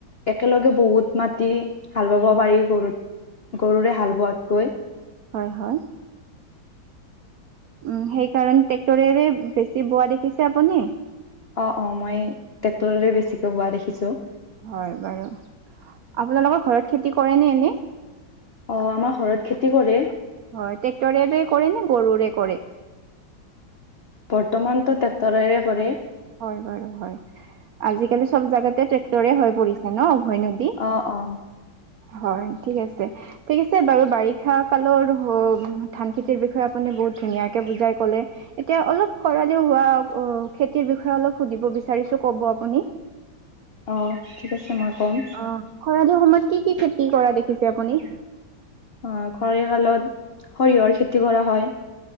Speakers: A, on the left; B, on the right.
A: একেলগে বহুত মাটি হাল বাব পাৰি গৰুত গৰুৰে হাল বোৱাতকৈ
B: হয় হয় উ সেইকাৰণে ট্ৰেক্টৰেৰে বেছি বোৱা দেখিছে আপুনি
A: অ অ মই ট্ৰেক্টৰৰে বেছিকৈ বোৱা দেখিছো
B: হয় বাৰু আপোনালোকৰ ঘৰত খেতি কৰে ন এনে
A: অ আমাৰ ঘৰত খেতি কৰে
B: হয় টেক্টৰে কৰে নে গৰুৰে কৰে
A: বৰ্তমানতটো ট্ৰেক্টৰেৰে কৰে
B: হয় বাৰু হয় আজিকালি চব জাগাতে ট্ৰেক্টৰে হৈ পৰিছে ন উভয় নদী
A: অ অ
B: হয় ঠিক আছে ঠিক আছে বাৰু বাৰিষা কালৰ হ ওক ধান খেতিৰ বিষয়ে আপুনি বহুত ধুনীয়াকে বুজাই ক'লে এতিয়া অলপ খৰালিও হোৱা অ খেতিৰ বিষয়ে অলপ সুধিব বিচাৰিছো ক'ব আপুনি
A: অ ঠিক আছে মই ক'ম
B: অ', খৰালি সময়ত কি কি খেতি কৰা দেখিছে আপুনি?
A: অ', খৰালি কালত সৰিয়হৰ খেতি কৰা হয়।